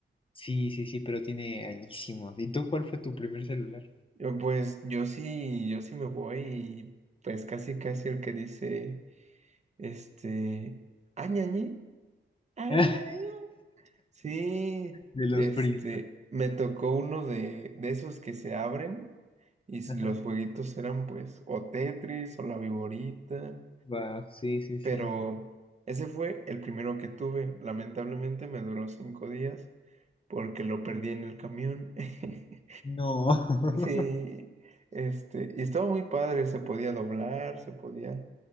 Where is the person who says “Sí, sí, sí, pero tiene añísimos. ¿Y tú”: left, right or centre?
Left